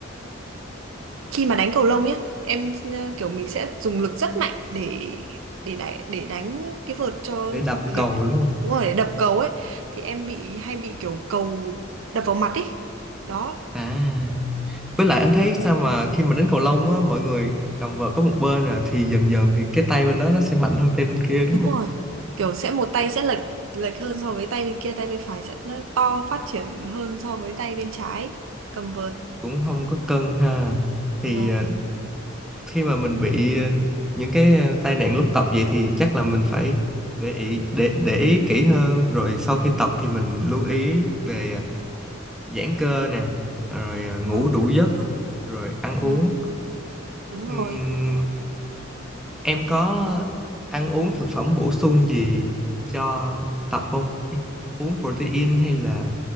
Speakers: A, on the right; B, in the centre.
A: khi mà đánh cầu lông nhá em ờ, kiểu mình sẽ dùng lực rất mạnh để để đánh để đánh cái vợt cho
B: để đập cầu
A: để
B: đúng không?
A: đúng rồi để đập cầu ấy thì em bị hay bị kiểu cầu đập vào mặt ấy đó
B: À, với
A: Đấy.
B: lại anh thấy sao mà khi mà đánh cầu lông á, mọi người cầm vợt có một bên à thì dần dần thì cái tay bên đó nó sẽ mạnh hơn tay bên kia đúng
A: đúng
B: không?
A: rồi kiểu sẽ một tay sẽ lệch lệch hơn so với tay bên kia tay bên phải sẽ nó to phát triển hơn so với tay bên trái cầm vợt
B: Cũng không có cân ha. Thì
A: vâng
B: ờ, khi mà mình bị ờ, những cái ờ, tai nạn lúc tập vậy thì chắc là mình phải để ý để để ý kỹ hơn rồi sau khi tập thì mình lưu ý về ờ, giãn cơ nè rồi ờ, ngủ
A: vâng
B: đủ giấc rồi ăn
A: vâng
B: uống
A: đúng rồi
B: Ừm, em có ăn uống thực phẩm bổ sung gì cho tập không Ê, uống protein hay là